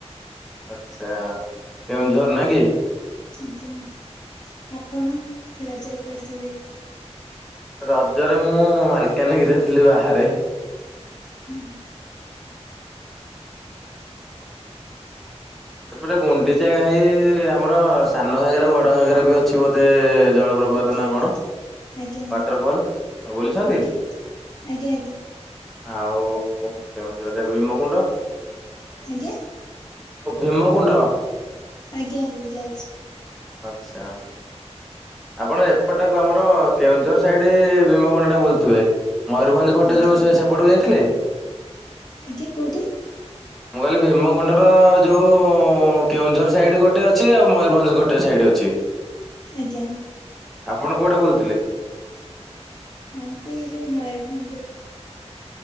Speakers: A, in the centre; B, on the left.
A: ଆଚ୍ଛା କେଉଁଝର ନା କି?
B: ଆଜ୍ଞା ଆପଣ ରଜରେ କୁଆଡେ ସବୁ ଯାଇଥିଲେ?
A: ରଜରେ ମୁଁ ମାଲକାନଗିରିରେ ଥିଲି ବାହାରେ।
B: ହୁଁ।
A: ସେପଟେ ଗୁଣ୍ଡିଚା ଘାଇ ଆମର ସାନ ଘାଗାରେ ବଡ ଘାଗାରେ ବି ଅଛି ବୋଧେ ଜଳପ୍ରପାତ।
B: <unintelligible>
A: ନା କଣ?
B: ଆଞ ଆଜ୍ଞା ଆଜ୍ଞା
A: ୱାଟରଫଲ୍ ଆଉ ବୁଲିଛନ୍ତି
B: ଆଜ୍ଞା ଆଜ୍ଞା ଆଜ୍ଞା।
A: ଆଉ କେଉଁଝରେ ଭୀମକୁଣ୍ଡ ଭମ?
B: ଆଜ୍ଞା
A: ଭିମକୁୁଣ୍ଡ।
B: ଆଜ୍ଞା ଆଜ୍ଞା ଯାଇଛି।
A: ଆଚ୍ଛା। ଆପଣ ଏପଟାକୁ ଆମର କେଉଁଝର ସାଇଡ ଭୀମକଣ୍ଡା ଟା ବୋୁଥିବେ। ମୟରଭଞ୍ଜ ପଟେ
B: ଆଜ୍ଞା
A: ଯୋଉ ସେ ସେପଟକୁ ଯାଇଥିଲେ?
B: ଆଜ୍ଞା କୋଉଠି?
A: <inaudible> ମୁଁ କହିଲି ଭୀମକୁୁଣ୍ଡର ଯଉ କେଉଁଝର ସାଇଡ଼ ଗୋଟେ ଅଛି ଆଉ ମୟୂରଭଞ୍ଜ ଗୋଟେ ସାଇଡ଼ ଅଛି।
B: ଆଜ୍ଞା।
A: ଆପଣ କୋଉଟା ବୁଲିଥିଲେ?
B: ହ ସେ ଯୋଉ ମୟୂରଭଞ୍ଜର